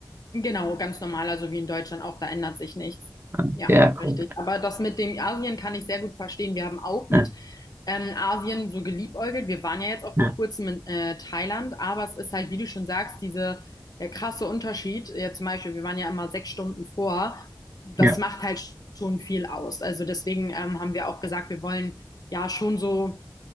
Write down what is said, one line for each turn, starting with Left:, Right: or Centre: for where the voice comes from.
Left: Genau, ganz normal, also wie in Deutschland auch, da ändert sich nichts.
Right: Okay,
Left: Ja,
Right: Ja,
Left: richtig.
Right: gut.
Left: Aber das mit dem Asien kann ich sehr gut verstehen. Wir haben auch
Right: Ja,
Left: mit ähm, Asien so geliebäugelt. Wir waren ja jetzt auch
Right: ja,
Left: vor kurzem in äh, Thailand, aber es ist halt, wie du schon sagst, diese, der krasse Unterschied. Ja, zum Beispiel, wir waren ja immer sechs Stunden vor. Das
Right: ja.
Left: macht halt schon viel aus. Also deswegen ähm, haben wir auch gesagt, wir wollen ja schon so